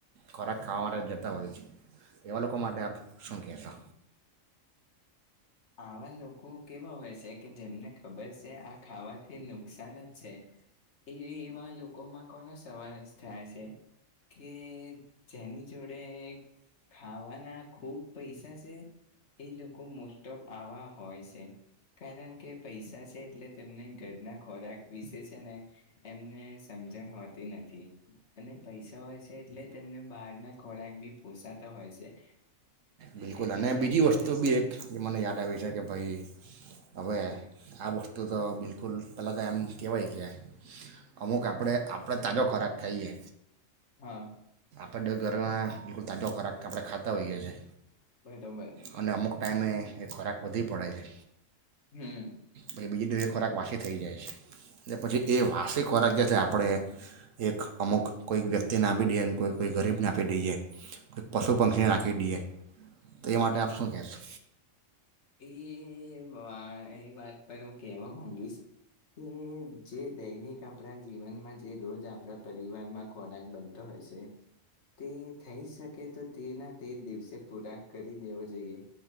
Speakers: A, on the right (about 70°); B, on the left (about 60°).
A: ખોરાક ખાવા માટે જતા હોય છે, એવા લોકો માટે આપ શું કહેશો
B: હવા લોકો કેવા હોય છે કે જેમને ખબર છે, આ ખાવાથી નુકસાન જ છે, એ એવા લોકોમાં કોનો સવાલ થાય છે કે જેની જોડે ખાવાના ખૂબ પૈસા છે, એ લોકો મો લપટોપ આવા હોય છે કારણ કે પૈસા છે, એટલે તેમને ઘરના ખોરાક વિશે છે ને એમને સમજણ હોતી નથી અને પૈસા હોય છે, એટલે તેમને બહારના ખોરાક બી પોસાતા હોય છે,
A: બિલકુલ અને
B: બિંદાસ
A: બીજી
B: એ
A: વસ્તુ
B: લોકો
A: બી એક જે મને યાદ આવી જ કે ભાઈ હવે આ વસ્તુ તો બિલકુલ પહેલાં તો એમ કહેવાય કે અમુક આપણે આપણે તાજો ખોરાક ખાઈએ
B: હા
A: આપ ઘરમાં બિલકુલ તાજો ખરાક આપણે ખાતા હોઈએ છીએ,
B: મેડમ મેડ
A: અને અમુક ટાઈમે એ ખોરાક વધી પડે છે,
B: હમ
A: પછ બીજી એ ખોરાક વાસી થઈ જાય છે, એલે પછી એ વાસી ખોરાક જે છે આપણે એક અમુક કોઈક વ્યક્તિને આપી દઈએ કોઈ કોઈ ગરીબને આપી દઈએ કો પશુ પંક્ષીને નાખી દઈએ, તો એ માટે આપ શું કહેશો?
B: એ વા એ વાત પર હું કહેવા માંગીશ કે જે દૈનિક આપણા જીવનમાં જે રોજ આપણા પરિવારમાં ખોરાક બનતો હોય છે તે થઈ શકે તો તેના તે દિવસે પૂરાક કરી દેવો જોઈએ,